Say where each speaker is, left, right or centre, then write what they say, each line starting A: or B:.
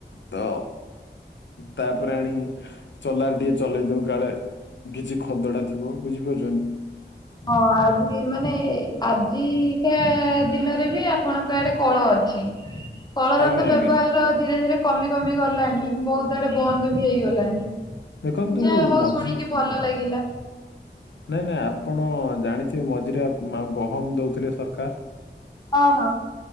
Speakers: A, on the left (about 75°); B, on the left (about 20°).
A: ତ ତାପରେ ଆଣି ଚଲାରେ ଟିକେ ଚଲେଇ ଦଉ କାଳେ କିଛି ଖଦଡ଼ା ଥିବ। ବୁଝିପାରୁଚନ୍ତି
B: ହଁ ଆଜି ମାନେ ଆ ହି କା ଦିନରେ ବି ଆପଣଙ୍କ ଆଡେ କଳ ଅଛି। କଳର
A: ଆଜ୍ଞା
B: ତ
A: ଆଜ୍ଞା
B: ବ୍ୟବହାର ଧୀରେ ଧୀରେ କମି କମି ଗଲାଣି ବହୁତ ଆଡେ ବନ୍ଦ ବି ହେଇଗଲାଣି।
A: ଦେଖନ୍ତୁ
B: ଯାହା ହଉ
A: ମଝି
B: ଶୁଣିକି ଭଲ ଲାଗିଲା।
A: ନାଇଁ ନାଇଁ ଆପଣ ଜାଣିଥିବେ ମଝିରେ ମା ଗହମ ଦଉଥିଲେ ସରକାର
B: ଅହ।